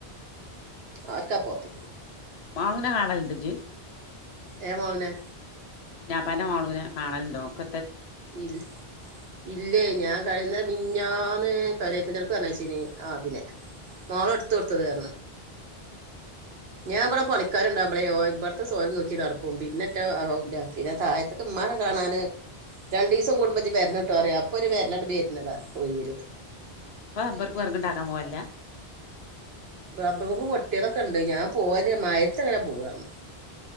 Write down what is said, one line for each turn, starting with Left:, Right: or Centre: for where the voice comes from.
Right: ആർക്കപോത്ത
Left: മാളുനെ കാണല്ണ്ട് ജ്
Right: ഏ മോനെ
Left: കുഞാപ്പാന്റെ മാളുനെ കാണലുണ്ടോ ഓക്ക
Right: ഇൽ ഇല്ലേ ഞാൻ കഴിഞ്ഞെ മിഞ്ഞാന്ന് കരേയ്പ്പിന്റലക്ക് പർഞ്ഞേച്ചീന് ആ ദിനെ മാളു ട്ത്തൊടുത്തത് റഞ് ഞാൻ ഇമ്പടെ പണിക്കാര്ണ്ടാവുമ്പളെ ഓ ഇമ്പട്ത്തെ സോലും നോക്കി നടക്കും പിന്നെ റ്റെ അഹ് ല്ല പിന്നെ താഴത്ത് ഇമ്മാനെ കാണാന് രണ്ടുസം കൂടുമ്പോ ജ്വരന്നട്ടോ പറയും അപ്പൊര് വരലാണ് വേരുന്നതാ ഒ യിവിൽ
Left: പാ ആ റബ്ബർക്ക് വറക് ണ്ടാക്കാ പോവേല്ല
Right: റബ്ബർ കൊമ്പ് പൊട്ടിയതൊക്കെ ണ്ട് ഞാൻ പോവല്ല മയത്ത് എങ്ങനെ പോവാന്നാ